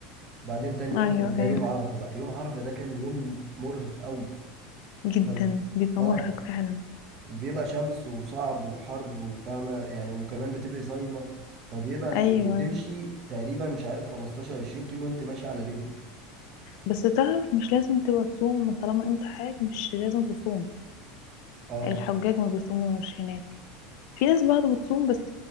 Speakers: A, on the right; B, on the left.
A: وبعدين تاني يوم
B: أيوة
A: كان ده
B: أيوة
A: يوم عرفه بقى يوم عرفه ده كان يوم مرهق قوي
B: جدا
A: كان
B: بيبقى
A: اه
B: مرهق فعلا
A: بيبقى شمس وصعب وحر وفاهمة يعني وكمان بتبقي صايمة فبيبقى ال-
B: أيوة
A: وبتمشي
B: أيوة
A: تقريبا مش عارف 15 20 كيلو وانت ماشي على رجلك
B: بس تعرف مش لازم تبقى تصوم طالما أنت حاج مش لازم تصوم
A: اه
B: الحجاج ما بيصوموش هناك في ناس بعض بتصوم بس